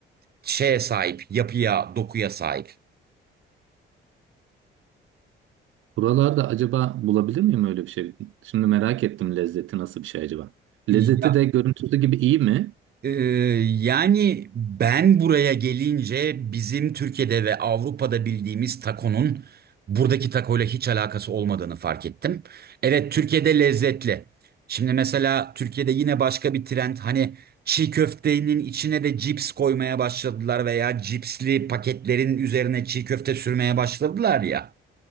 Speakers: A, on the right; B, on the right.
A: şeye sahip, yapıya, dokuya sahip.
B: Buralarda acaba bulabilir miyim öyle bir şey? Şimdi merak ettim lezzeti nasıl bir şey acaba?
A: Ya,
B: Lezzeti de görüntüsü gibi iyi mi?
A: Ee, yani ben buraya gelince bizim Türkiye'de ve Avrupa'da bildiğimiz takonun buradaki takoyla hiç alakası olmadığını fark ettim. Evet Türkiye'de lezzetli. Şimdi mesela Türkiye'de yine başka bir trend hani çiğ köftenin içine de cips koymaya başladılar veya cipsli paketlerin üzerine çiğ köfte sürmeye başladılar ya.